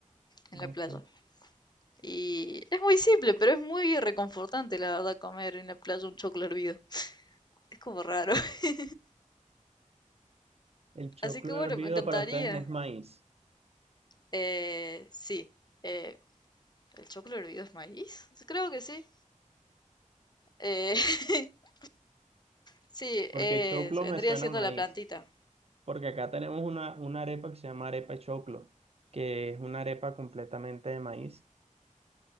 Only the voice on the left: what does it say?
en
la playa. Y es muy simple, pero es muy reconfortante, la verdad, comer en la playa un choclo hervido. Es como raro. <laughs>
Así que bueno,
me encantaría.
Eh, sí. eh, ¿el choclo hervido es maíz? Creo que sí. Eh, <laughs> sí,
eh,
vendría
siendo
la plantita.